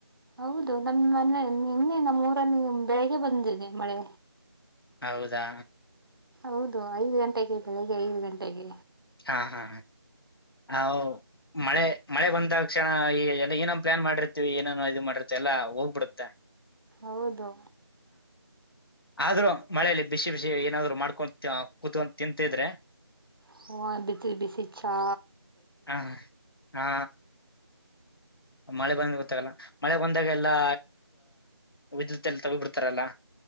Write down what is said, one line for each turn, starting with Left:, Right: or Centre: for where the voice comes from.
Right: ಹೌದು ನಮ್ಮ ಮನೆ ಇನ್ನೆ ನಮ್ಮೂರಲ್ಲಿ ಬೆಳಿಗ್ಗೆ ಬಂದಿದೆ ಮಳೆ
Left: ಹೌದಾ
Right: ಹೌದು ಐದ್ ಗಂಟೆಗೆ ಬೆಳಿಗ್ಗೆ ಐದು ಗಂಟೆಗೆ
Left: ಹಾ ಹಾ ಹೌ ಮಳೆ ಮಳೆ ಬಂದಕ್ಷಣ ಈ ಎಲ್ಲ ಏನೋ ಪ್ಲಾನ್ ಮಾಡಿರ್ತಿವಿ ಏನನೋ ಇದು ಮಾಡಿರ್ತಿವಿ ಎಲ್ಲಾ ಹೋಗ್ಬಿಡುತ್ತ
Right: ಹೌದು
Left: ಆದ್ರೂ ಮಳೇಲಿ ಬಿಸಿ ಬಿಸಿ ಏನಾದ್ರು ಮಾಡ್ಕೊ ಕೂತ್ಕೊಂಡ ತಿಂತಿದ್ರೆ
Right: ಹ ಬಿಸಿ ಬಿಸಿ ಛಾ
Left: ಹ ಹಾ ಮಳೆ ಬಂದ ಗೊತ್ತಾಗಲ್ಲ ಮಳೆ ಬಂದಾಗ ಎಲ್ಲಾ ವಿದ್ಯುತ್ ಎಲ್ಲ ತಗಿ ಬಿಡ್ತಾರಲ್ಲ